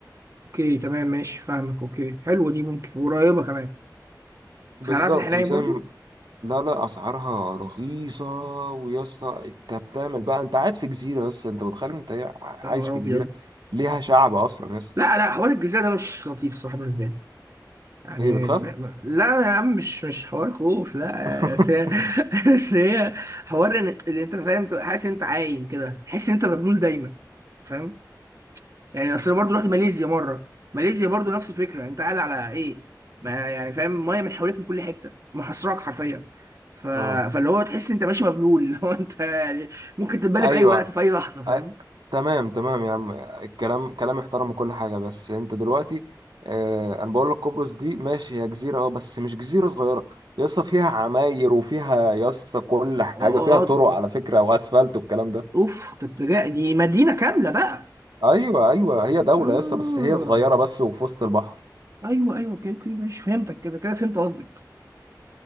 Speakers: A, on the right (about 45°); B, on the right (about 80°).
A: اوكي تمام ماشي فاهمك اوكي حلوه دي ممكن وقريبه كمان
B: بالظبط
A: بس عارف الحنين
B: وزي
A: برضو
B: ما- لا لا أسعارها رخيصة ويا اسطى أنت بتعمل بقى أنت قاعد في جزيرة بس أنت متخيل أنت إيه عايش
A: يا نهار
B: في
A: ابيض
B: جزيرة ليها شعب أصلا يا اسطى
A: لا لا حوار الجزيرة ده مش لطيف الصراحة بالنسبة لي يعني
B: هي بتخاف؟
A: ب- ب- لا يا عم مش مش حوار خوف لا
B: <laughs>
A: بس هي <laughs> بس هي حوار ان اللي انت فاهم تبقى حاسس ان انت عايم كده تحس ان انت مبلول دايما فاهم يعني اصل أنا برضو رحت ماليزيا مرة ماليزيا برضو نفس الفكرة انت قاعد على ايه ما يعني فاهم ميه من حواليك من كل حتة محاصراك حرفيا ف...
B: آه.
A: فاللي هو تحس انت ماشي مبلول اللي هو انت يعني ممكن تتبلى
B: أيوه
A: في اي وقت في اي لحظة فاهم
B: أي- تمام تمام يا عم الكلام كلام يحترم وكل حاجة بس انت دلوقتي آه انا بقول لك قبرص دي ماشي هي جزيرة اه بس مش جزيرة صغيرة يا اسطى فيها عماير وفيها يا اسطى كل حاجة
A: اه
B: فيها طرق
A: آه،
B: على فكرة واسفلت والكلام ده
A: اوف طب ده جا- دي مدينة كاملة بقى
B: ايوه ايوه هي دولة
A: اه
B: يا اسطى بس هي صغيرة بس وفي وسط البحر
A: ايوه ايوه اوكي اوكي ماشي فهمتك كده كده فهمت قصدك